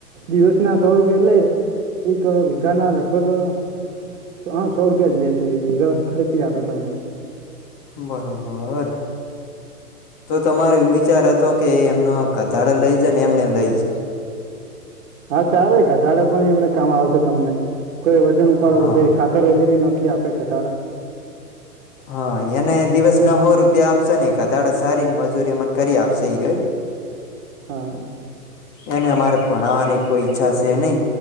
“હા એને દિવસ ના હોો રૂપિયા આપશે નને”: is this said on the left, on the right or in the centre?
Left